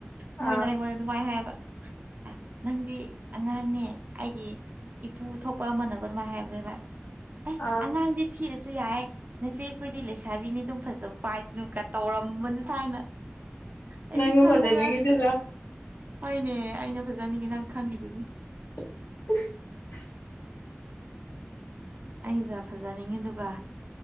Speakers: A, on the right; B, on the left.
A: ꯃꯣꯏꯅ
B: ꯑꯥ
A: ꯑꯩꯉꯣꯟꯗ ꯗꯨꯃꯥꯏ ꯍꯥꯏꯌꯦꯕ ꯑꯥ ꯅꯪꯗꯤ ꯑꯉꯥꯡꯅꯦ ꯑꯩꯒꯤ ꯏꯄꯨ ꯊꯣꯛꯄ ꯑꯃꯅꯕ ꯑꯗꯨꯃꯥꯏꯅ ꯍꯥꯏꯕꯅꯦꯕ꯫ ꯑꯦ
B: ꯑꯥ
A: ꯑꯉꯥꯡꯗꯤ ꯊꯤꯔꯁꯨ ꯌꯥꯏꯌꯦ ꯅꯆꯦ ꯈꯣꯏꯗꯤ ꯂꯩꯁꯥꯕꯤꯅꯤ ꯑꯗꯨꯝ ꯐꯖꯕ ꯄꯥꯏꯁꯅꯨꯀ ꯇꯧꯔꯝꯕꯅꯤ ꯊꯥꯏꯅ ꯑꯩꯗꯤ
B: ꯅꯪꯒ
A: ꯈꯜꯂꯒ
B: ꯐꯖꯅꯤꯡꯉꯤꯗꯨꯔꯥ
A: ꯍꯣꯏꯅꯦ ꯑꯩꯅ ꯐꯖꯅꯤꯡꯉꯤ ꯅꯪ ꯈꯪꯉꯤꯗꯨꯅꯤ꯫
B: <inaudible>
A: ꯑꯩꯅ ꯐꯖꯅꯤꯡꯉꯤꯗꯨꯒ